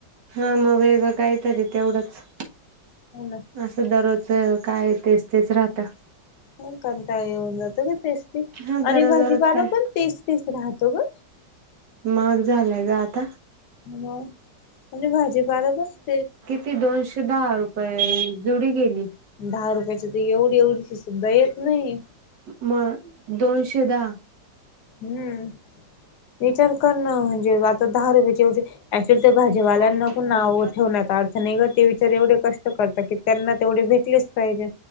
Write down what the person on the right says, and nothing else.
हा मग वेगं काय तरी तेवढंच
असं दररोज काय तेच तेच राहत
हा दररोज
दररोज काय
माग झालाय ग आता
ती दोनशे दहा रुपये जुडी गेली.
मग दोनशे दहा
ताई ताई